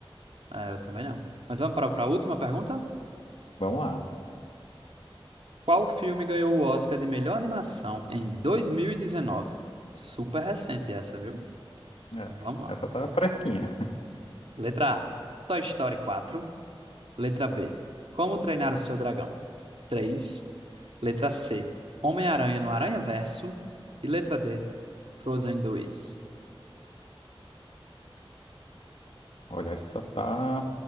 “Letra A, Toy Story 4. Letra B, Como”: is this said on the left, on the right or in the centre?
Right